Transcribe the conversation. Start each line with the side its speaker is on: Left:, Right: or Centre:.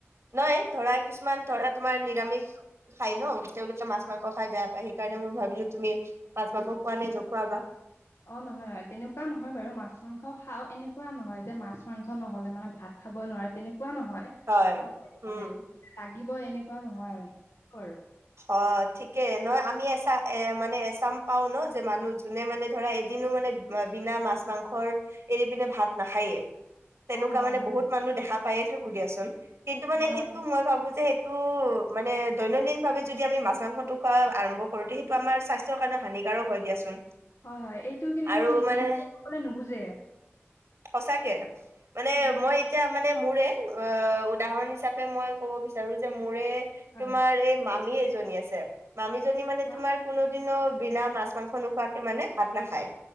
Right: নহয় ধৰা কিছুমান ধৰা তোমাৰ নিৰামিষ খাই ন তেওঁলোকে মাছ মাংস খাই বেয়া পায় সেইকাৰণে মই ভাবিলো তুমি- মাছ মাংস খোৱা নাই জখোৱাবা।
Left: অঁ নহয় নহয় তেনেকুৱা নহয় বাৰু মাছ মাংস খাওঁ এনেকুৱা নহয় যে মাছ মাংস নহ'লে মানে ভাত। খাব নোৱাৰে তেনেকুৱা নহয়।
Right: হয়ঁ
Left: মানে
Right: ওম!
Left: লাগিব এনেকুৱা নহয় কৰো
Right: অঁ ঠিকে নহয় আমি এচাম এ মানে এচাম পাও ন যে মানুহ যোনে মানে ধৰা এদিনো মানে বিনা মাছ মাংসৰ এৰি পিনে ভাত নাখায়ে। তেনেকুৱা
Left: অ হয়
Right: মানে
Left: হয়
Right: বহুত মানুহ দেখা পায়ে থাকো দিয়াচোন কিন্তু মানে
Left: হয়
Right: সেইটো
Left: হয়
Right: মই ভাবো যে সেইটো মানে দৈনন্দিন ভাবে যদি আমি মাছ মাংসটো খোৱা আৰম্ভ কৰো যিহেতু আমাৰ স্বাস্থ্যৰ কাৰণে হানিকাৰক হয়ঁ দিয়াচোন।
Left: হয়ঁ হয়ঁ এইটো কিন্তু
Right: আৰু
Left: মহিলা
Right: মানে
Left: সকলে নুবুজে।
Right: সঁচাকে মানে
Left: উম
Right: মই এতিয়া মানে মোৰে অঁ উদাহৰণ হিচাপে মই ক'ব বিচাৰো যে মোৰে
Left: হয়
Right: তোমাৰ এই মামী এজনী আছে মামীজনী মানে
Left: কোৱা
Right: তোমাৰ কোনোদিনো বিনা মাছ মাংস নোখোৱাকে মানে ভাত নাখায়